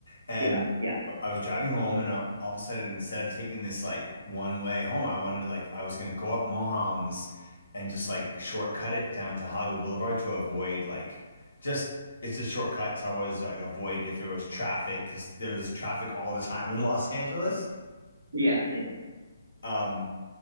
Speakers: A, on the left (about 75°); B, on the right (about 60°).
A: and.
B: yeah, yeah,
A: I was driving home and uh, all of a sudden instead of taking this like one way home, I wanted to like I was gonna go up Mulholland this and just like shortcut it down to Hollywood Boulevard to avoid like just it's a shortcut so I was like avoid if there was traffic because there was traffic all the time in Los Angeles.
B: yeah, yeah.
A: Um